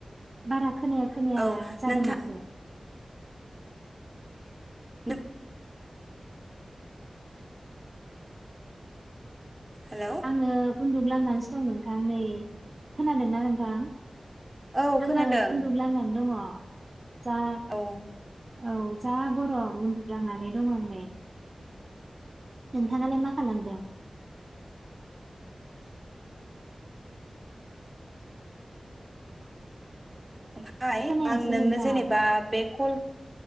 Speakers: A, on the right; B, on the right.
A: बारा खोनाया खोनाया
B: औ
A: जादों
B: नोंथां
A: माथो
B: नों हेलौ
A: आङो उन्दुग्लांनानैसो दं नोंथां नै खोनादोंना नोंथां
B: औ खोनादों
A: आङो उन्दुं ग्लांनानै दङ <inaudible> जा
B: औ
A: औ जा गरम उन्दुग्लांनानै दं आं नेै नोंथाङालाय मा खालामदों
B: ओमफाय
A: खोनायासै
B: आं नोंनो
A: नोंथां
B: जेनेबा बे कल